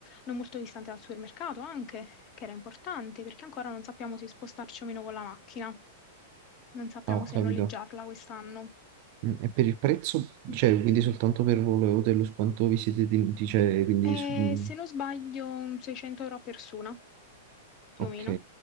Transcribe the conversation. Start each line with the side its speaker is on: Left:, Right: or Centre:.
Left: non molto distante dal supermercato anche che era importante perché ancora non sappiamo se spostarci o meno con la macchina, non sappiamo
Right: Ah, ho
Left: se
Right: capito.
Left: noleggiarla quest'anno.
Right: Mm, E per il prezzo,
Left: Mm.
Right: cioè, quindi soltanto per volo e hotel, quanto vi siete tenuti? Cioè, quindi,
Left: E
Right: su- mm,
Left: se non sbaglio, un 600 euro a persona, più
Right: ok,
Left: o meno.